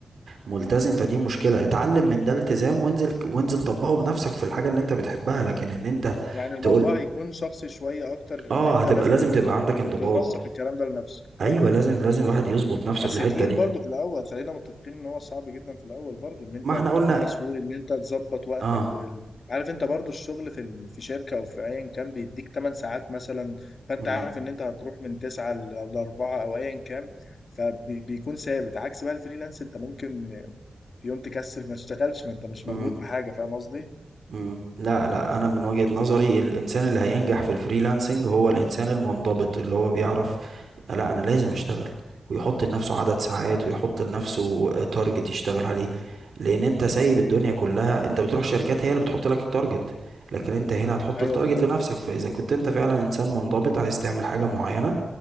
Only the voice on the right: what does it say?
ملتزم فدي مشكلة اتعلم من ده التزام وانزل وانزل طبقه بنفسك في الحاجة اللي انت بتحبها لكن ان انت
تقول
اه
هتبقى
لازم
تبقى
عندك انضباط
ايوه
لازم لازم الواحد يظبط نفسه
في الحتة
دي
ما احنا قلنا
اه
مم،
مم.
مم. لا لا انا من وجهة نظري الانسان اللي هينجح في الفريلانسنج هو الانسان المنضبط اللي هو بيعرف لا انا لازم اشتغل ويحط لنفسه عدد ساعات ويحط لنفسه تارجت يشتغل عليه لان انت سايب الدنيا كلها انت بتروح شركات هي اللي بتحط لك التارجت لكن انت هنا هتحط
التارجت لنفسك فاذا كنت انت فعلا انسان منضبط عايز تعمل حاجة معينة